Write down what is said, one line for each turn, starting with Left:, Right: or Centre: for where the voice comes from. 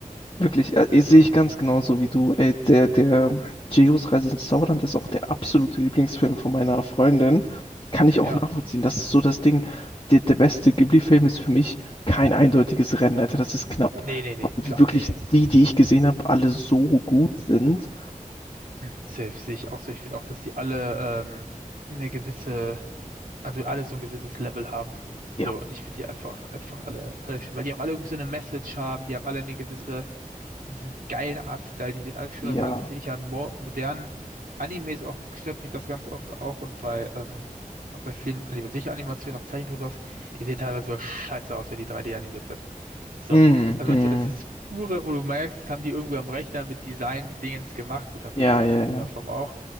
Left: Wirklich, ja, eh, sehe
Right: Ja.
Left: ich ganz genauso wie du. Ey, der, der Chihiros Reise ins Zauberland ist auch der absolute Lieblingsfilm von meiner Freundin. Kann ich auch
Right: Ja,
Left: nachvollziehen. Das ist so das Ding. Der, der beste Ghibli-Film ist für mich kein eindeutiges Rennen, Alter. Das ist knapp.
Right: nee, nee, nee,
Left: Weil
Right: klar,
Left: wirklich
Right: nee. <clears throat> s-
Left: die, die ich gesehen habe, alle so gut sind.
Right: Safe sehe ich auch so. Ich finde auch, dass die alle ähm, eine gewisse, also alle so ein gewisses Level haben.
Left: Ja.
Right: So, und ich finde die einfach, einfach alle, alle schön, weil die auch alle irgendwie so eine Message haben, die haben alle eine gewisse, diesen geilen Artstyle, die sehen alle schön
Left: Ja.
Right: aus, weil das finde ich ja an mo modernen Animes auch, stört mich das ganz oft auch und bei, ähm, auch bei vielen, Anim- sicher Animationen, auch Zeichentrickserien, aus, die sehen teilweise so scheiße aus, wenn die 3D animiert sind. So,
Left: Mm,
Right: also
Left: mm.
Right: weißt du, das ist dieses pure, wo du merkst, das haben die irgendwo am Rechner mit Design-Dingens gemacht. Gut, haben
Left: Ja,
Right: die damals
Left: ja,
Right: in irgendeiner
Left: ja.
Right: Form auch.